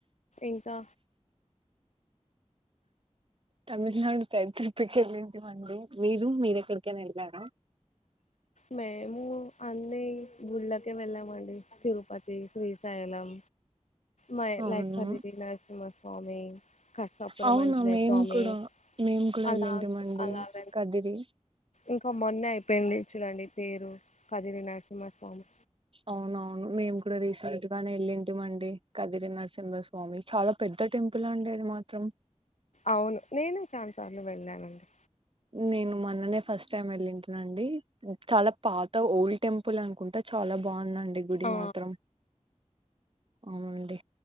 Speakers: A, on the left; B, on the right.
A: ఇంకా
B: తమిళనాడు సైడ్ ట్రిప్పుకెళ్ళింటివండి మీరు మీరెక్కడికైనా వెళ్ళారా
A: మోము అన్ని గుడ్లకే వెళ్ళాం మది తిరుపతి శ్రీశైలం మై
B: అవును
A: లైక్ కదిరి నరసింహస్వామి కసాపురం
B: అవునా
A: అంజనేయ
B: మేము
A: స్వామి
B: కూడా మేము కూడా
A: అలా
B: వెళ్ళింటిమండి
A: అలాగ
B: కదిరి
A: ఇంకా మొన్న పెళ్లి చుడండి పేరు కదిరి నరసింహస్వామి
B: అవునవును మేము కూడా రీసెంట్ గానే వెళ్ళింటి మండి కదిరి నరసింహస్వామి చాలా పెద్ద టెంపుల్ అండి అది మాత్రం
A: అవును నేను చాన్ సార్లు వెళ్ళానండి
B: నేను మన్ననే ఫస్ట్ టైం వెళ్ళింటునండి చాలా పాత ఓల్డ్ టెంపుల్ అనుకుంటచాలా బాగున్నా ండి గూడి
A: ఆ
B: మాత్రం అవునండి